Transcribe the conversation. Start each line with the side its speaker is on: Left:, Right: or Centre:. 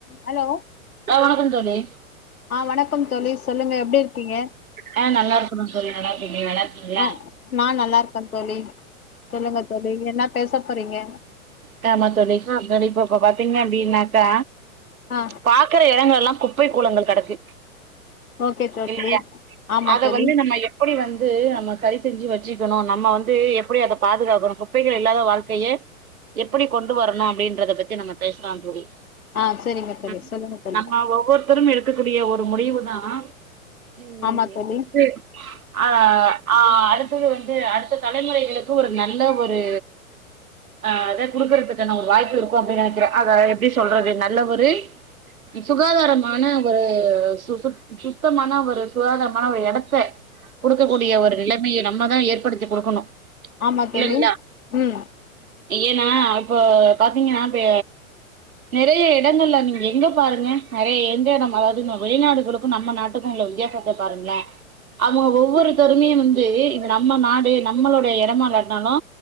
Left: Hello
Right: hello வணக்கம் தோழி
Left: ஆ வணக்கம் தோழி சொல்லுங்க எப்டி இருக்கீங்க?
Right: ஆ நல்லா இருக்கறோ தோழி நல்லா இருக்கீங்க நல்லா இருக்கீங்களா
Left: ஆ நா நல்லா இருக்கன் தோழி சொல்லுங்க தோழி என்ன பேச போறீங்க?
Right: காமா தோழி இப்ப வி இப்பப்ப பாத்தீங்கன்னா அப்டினாக்கா
Left: ஆ
Right: பாக்குற எடங்கள் எல்லா குப்பை கூளங்கள் கெடக்கு
Left: ஓகே தோழி
Right: இல்லையா
Left: ஆமா
Right: அத
Left: தோழி
Right: வந்து நம்ம எப்படி வந் ந்து நம்ம சரி செஞ்சி வச்சிக்கணு நம்ம வந்து எப்படி அத பாதுகாக்கணு குப்பைகள் இல்லாத வாழ்க்கையே எப்படி கொண்டு வரணு அப்டின்றத பத்தி நம்ம பேசலாம் தோழி
Left: ஆ செரிங்க தோழி
Right: ம்
Left: சொல்லுங்க தோழி
Right: நம்ம ஒவ்வொருத்தரும் இருக் க்கக்கூடிய ஒரு முடிவுதா ம்
Left: ஆமா தோழி
Right: இது அது ஆ ஆ அடுத்தது வந்து அடுத்த தலைமுறைகளுக்கு ஒரு நல்ல ஒரு ஆ அதா குடுக்குறதுக்கான ஒரு வாய்ப்பு இருக்கு அப்டின்னு நெனைக்கிறே அத எப்டி சொல்றது நல்ல ஒரு சுகாதாரமான ஒரு சு சுத் சுத்தமான ஒரு சுகாதாரமான ஒரு எடத்த குடுக்கக் கூடிய ஒரு நிலமைய நம்மதா ஏற்படுத்தி குடுக்கணு.
Left: ஆமா தோழி
Right: இல்லைங்களா
Left: ம்
Right: ஏன்னா இப்போ பாத்தீங்கன்னா இப்ப நெறைய இடங்கள்ல நீங்க எங்க பாருங்க நெறைய எந்த இடம் அதாவது ந்த வெளிநாடுகளுக்கு நம்ம நாட்டுக்கு உள்ள வித்தியாசத்த பாருங்குள அவுங்க ஒவ்வொருத்தருமே வந்து இது நம்ம நாடு நம்மளோடைய எடமா இல்லாட்னாலு